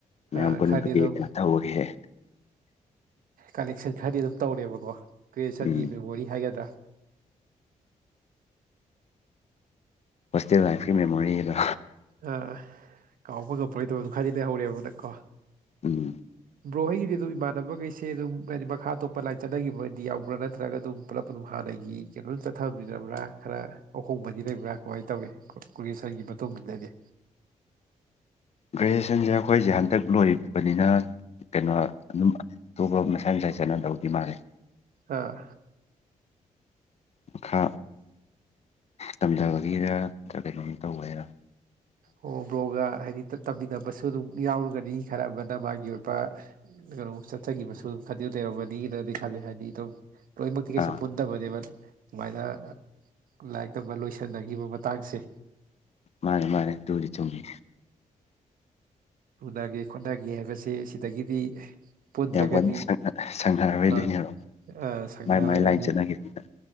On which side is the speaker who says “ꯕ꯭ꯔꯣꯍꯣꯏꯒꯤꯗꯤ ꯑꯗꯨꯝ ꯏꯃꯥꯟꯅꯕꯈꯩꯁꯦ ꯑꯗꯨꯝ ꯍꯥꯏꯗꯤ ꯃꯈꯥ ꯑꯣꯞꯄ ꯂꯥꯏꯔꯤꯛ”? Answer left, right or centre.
Right